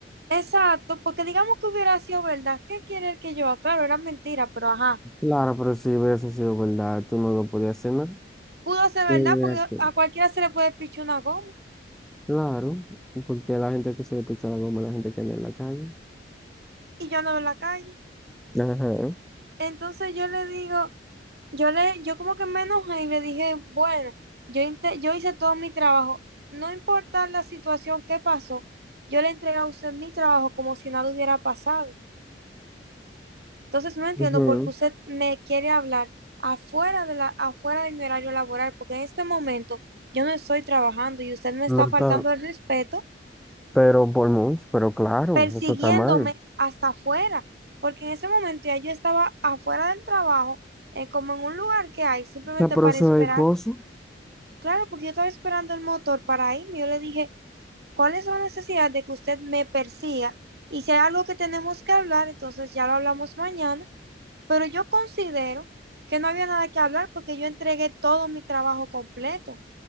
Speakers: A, on the right; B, in the centre.
A: Exacto, porque digamos que hubiera sido verdad, ¿qué quiere el que yo? Claro, era mentira, pero ajá.
B: Claro, pero si hubiese sido verdad, tú no lo podías hacer nada.
A: pudo ser verdad,
B: Sí, mira
A: porque
B: que.
A: a cualquiera se le puede pichar una goma
B: Claro, porque la gente que se le picha la goma, la gente que anda en la calle.
A: y yo ando en la calle.
B: Ajá.
A: Entonces yo le digo, yo le, yo como que me enojé y le dije, bueno, yo, inte- yo hice todo mi trabajo, no importa la situación que pasó, yo le entregué a usted mi trabajo como si nada hubiera pasado. Entonces no entiendo
B: Ujú.
A: por qué usted me quiere hablar afuera de la, afuera de mi horario laboral, porque en este momento yo no estoy trabajando y usted me
B: No
A: está faltando
B: está,
A: el respeto
B: pero por mucho, pero claro,
A: persiguiéndome
B: eso está mal.
A: hasta afuera, porque en ese momento ya yo estaba afuera del trabajo, eh, como en un lugar que hay, simplemente
B: O sea, pero
A: para
B: eso
A: esperar.
B: es cosa.
A: Claro, porque yo estaba esperando el motor para irme. Yo le dije, ¿cuál es la necesidad de que usted me persiga? Y si hay algo que tenemos que hablar, entonces ya lo hablamos mañana, pero yo considero que no había nada que hablar porque yo entregué todo mi trabajo completo.